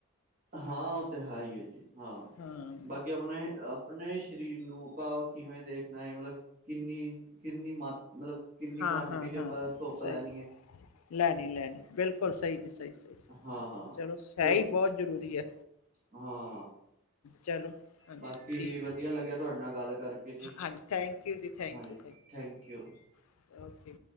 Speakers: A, on the right (about 40°); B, on the left (about 80°).
A: ਹਾਂ ਉਹ ਤੇ ਹੈ ਹੀ ਅ ਜੀ ਹਾਂ
B: ਹਾਂ
A: ਬਾਕੀ ਆਪਣੇ ਆਪਣੇ ਸਰੀਰ ਨੂੰ ਆਪਾਂ ਕਿਵੇਂ ਦੇਖਣਾ ਹੈ ਮਤਲਬ ਕਿੰਨੀ ਕਿੰਨੀ ਮਾ ਮਤਲਬ ਕਿੰਨੀ
B: ਹਾਂ
A: ਕੁਆਂਟਿਟੀ
B: ਹਾਂ
A: ਚ ਆਪਾਂ
B: ਹਾਂ ਹਾਂ
A: ਧੁੱਪ
B: ਸਹੀ
A: ਲੈਣੀ ਏ
B: ਲੈਣੀ ਲੈਣੀ ਬਿਲਕੁਲ ਸਹੀ ਜੀ ਸਹੀ ਸਹੀ
A: ਹਾਂ ਹਾਂ
B: ਚਲੋ ਹੈ
A: ਕਿਉਂ
B: ਹੀ ਬਹੁਤ ਜ਼ਰੂਰੀ ਐ
A: ਹਾਂ
B: ਚਲੋ ਹਾਂਜੀ
A: ਬਾਕੀ
B: ਠੀਕ
A: ਜੀ ਵਧੀਆ
B: ਹੈ
A: ਲੱਗਿਆ ਤੁਹਾਡੇ ਨਾਲ ਗੱਲ ਕਰਕੇ। ਓਕ ਜੀ
B: ਹਾਂਜੀ ਥੈਂਕ ਯੂ ਜੀ ਥੈਂਕ
A: ਹਾਂਜੀ
B: you
A: thank you.
B: You okay